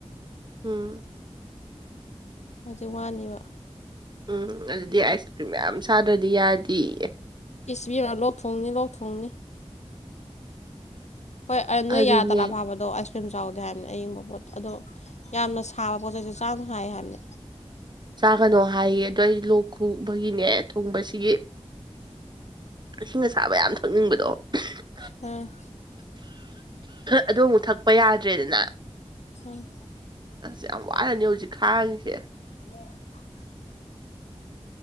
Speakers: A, on the right; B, on the left.
A: ꯎꯝ
B: ꯃꯥꯁꯦ ꯋꯥꯅꯦꯕ
A: ꯎꯝ ꯑꯗꯨꯗꯤ ꯑꯥꯏꯁ ꯀ꯭ꯔꯤꯝ ꯃꯌꯥꯝ ꯆꯥꯗ꯭ꯔꯗꯤ ꯌꯥꯗꯤꯌꯦ
B: ꯏꯁ ꯏꯕ‍ꯦꯃꯥ ꯂ‍ꯣꯛ ꯊꯨꯡꯅꯤ ꯂ‌ꯣꯛ ꯊꯨꯡꯅꯤ ꯍꯣꯏ ꯅ
A: ꯑꯗꯨꯅꯦ
B: ꯌꯥ ꯇꯔ ꯑꯐꯕꯗ ꯑꯗꯣ ꯑꯥꯏꯁ ꯀ꯭ꯔꯤꯝ ꯆꯥꯎꯗꯦ ꯍꯥꯏꯕꯅꯤ ꯑꯌꯪꯕ ꯄꯣꯠ ꯑꯗꯣ ꯌꯥꯝꯅ ꯁꯥꯕ ꯄꯣꯠ ꯆꯩꯩꯁꯦ ꯆꯥꯅ‌ꯣ ꯍꯥꯏ ꯍꯥꯏꯕꯅꯤ
A: ꯆꯥꯒꯅꯣ ꯍꯥꯏꯌꯦ ꯑꯗꯣ ꯑꯩ ꯂꯣꯛ ꯈꯨꯕꯒꯤꯅꯦ ꯊꯨꯡꯕꯁꯤꯒꯤ ꯏꯁꯤꯡ ꯑ ꯁꯥꯥꯕ ꯌꯥꯝ ꯊꯛꯅꯤꯡꯕꯗꯣ <unintelligible>
B: ꯎꯝ
A: ꯑꯗꯣ ꯑꯃꯨꯛ ꯊꯛꯄ ꯌꯥꯗ꯭ꯔꯦꯗꯅ
B: ꯑꯝ
A: ꯑꯁ ꯌꯥꯝ ꯋꯥꯔꯅꯤ ꯍꯧꯖꯤꯛ ꯈꯥꯡꯉꯤꯁꯦ
B: ꯍꯦ <inaudible>